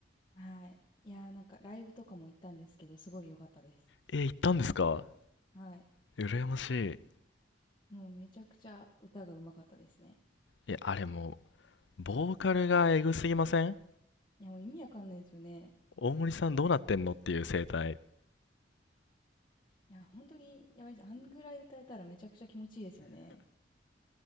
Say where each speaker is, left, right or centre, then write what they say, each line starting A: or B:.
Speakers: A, on the left (about 25°); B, on the left (about 75°).
A: はい。いやー、なんかライブとかも行ったんですけど、すごい良かったです。
B: えー、行ったんですか
A: はい。
B: 羨ましい。
A: もうめちゃくちゃ歌が上手かったですね。
B: いや、あれもう、ボーカルがエグすぎません
A: いや、もう意味わかんないですよね。
B: 大森さんどうなってんのっていう生態。
A: いや、本当にやばいです。あんぐらい歌えたらめちゃくちゃ気持ちいいですよね。